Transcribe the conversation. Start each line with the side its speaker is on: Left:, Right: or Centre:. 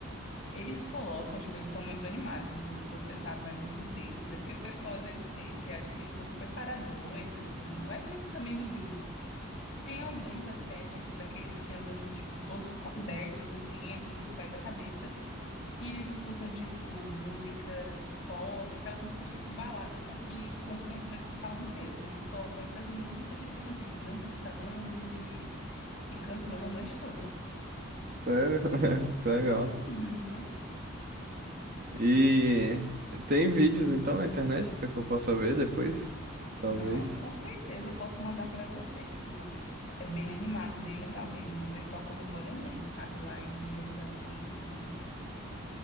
Left: Eles colocam, tipo, eles são muito animados, não sei se você sabe, mas os judeus, é porque o pessoal às vezes pensa e acha que eles são super paradões, assim, vai muito também do grupo. Tem alguns até, tipo, daqueles que andam, tipo, todos cobertos, assim, é dos pés à cabeça, e eles escutam, tipo, músicas pop, aquelas músicas tipo baladas, só que com canções que falam de Deus. Eles colocam essas músicas e ficam, tipo, dançando e, e cantando a noite toda.
Right: Sério? <laughs> Que legal.
Left: Uhum.
Right: E tem vídeos então na internet para que eu possa ver depois, talvez.
Left: Não, com certeza eu posso mandar pra você. Tipo, é bem animado, bem legal mesmo. O pessoal comemora muito, sabe, lá em Jerusalém e tudo.